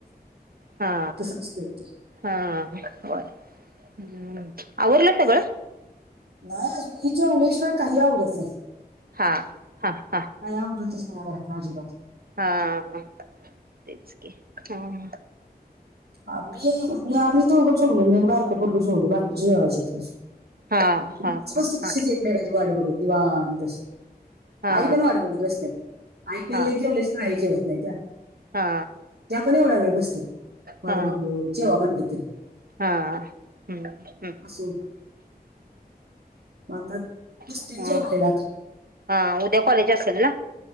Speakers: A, on the right; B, on the right.
A: हा
B: तस असतंय ते
A: हा होय हम् आवरलं सगळ
B: नाय अजून हि जेवल्याशिवाय काही आवरडत नाय.
A: हा हा हा
B: आवरतच नाही घरातलं अजिबात.
A: हा तेच कि हम
B: आ मी मी आम्ही दोघ जेवलो मी अन बारक पोरगं जेवलो बाकीची जेवायचात अजून
A: हा
B: <unintelligible>
A: हा हा हा
B: <unintelligible> वाट बघत निवांत अशी
A: हा
B: आई पण वाट बघत बसत्यात आई काय
A: हा
B: लेक जेवल्याशिवाय आई जेवत नाहीत्या. त्या
A: हा
B: पण एवढा वेळ बसत्यात वाट
A: हा
B: बघ जेवा म्हणलं तरी
A: हा हम्म हम्म
B: असं म आता बसतील
A: चालतंय
B: जेवायला
A: हा उद्या कॉलेज असेल ना?